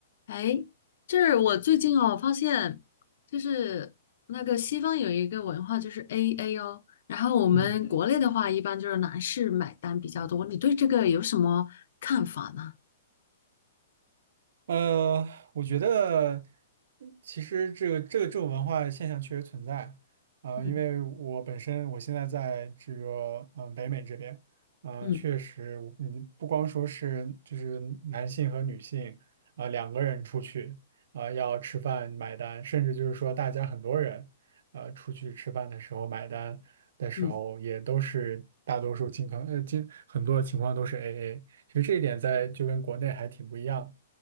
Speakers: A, on the left; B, on the right.
A: 哎，这是我最近哦，发现就是那个西方有一个文化就是 AA 哦，然后我们国内的话一般就是男士买单比较多，
B: 嗯，
A: 你对这个有什么看法呢？
B: 呃，我觉得嗯其实这个这个这种文化现象确实存在啊，
A: 嗯
B: 因为我本身我现在在这个嗯、呃北美这边，啊，
A: 嗯
B: 确实嗯，你不光说是就是男性和女性啊、两个人出去啊、要吃饭买单，甚至就是说大家很多人呃出去吃饭的时候买单的时候也都是大多数情况呃，
A: 嗯，
B: 今很多情况都是 AA，其实这一点在就跟国内还挺不一样。